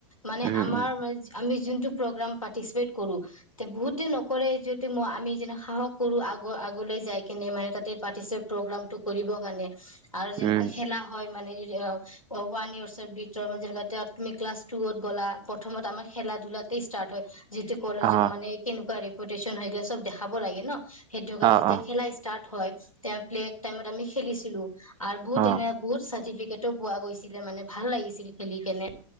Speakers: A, on the left (about 90°); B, on the right (about 25°).
A: মানে
B: উম
A: আমাৰ
B: উম
A: আমি যোনটো প্ৰ'গ্ৰাম পাৰ্টিচিপেট কৰো। তে বহুতে নকৰে যিহেতু মই আমি যেনে সাহস কৰো আগৰ আগলৈ যাই কিনে মানে তাতে পাতিছে প্ৰ গ্ৰামটো কৰিবৰ কাৰণে আৰু যেনেকুৱা
B: উম
A: খেলা হয়। অ', ওৱান ইয়াৰ্চৰ ভিতৰত যেনে তুমি ক্লাছ টুত গ'লা প্ৰথমত আমাৰ খেলা ধূলাতে ষ্টাৰ্ট হয়। যিটো কলেজৰ
B: অ
A: মানে কেনেকুৱা ৰেপুটচন হয় চব দেখাব লাগে ন সেইটো কাৰণে
B: অ
A: যেতিয়া
B: অ
A: খেলা ষ্টাৰট হয় তে প্লে টাইমত আমি খেলিছিলো আৰু বহুত
B: অ
A: এনে বহুত চাৰ্টিফিকেেতো পোৱা গৈছিলে মানে ভাল লাগিছিল খেলি কিনে